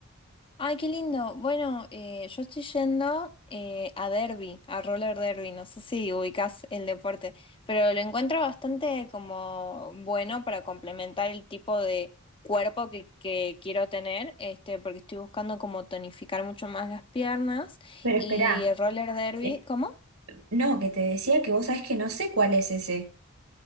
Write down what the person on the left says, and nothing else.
Ay, qué lindo. Bueno, eh, yo estoy yendo eh, a derby, a roller derby. No sé si ubicás el deporte, pero lo encuentro bastante como bueno para complementar el tipo de cuerpo que, que quiero tener, este, porque estoy buscando como tonificar mucho más las piernas
y
el roller derby.
¿Cómo?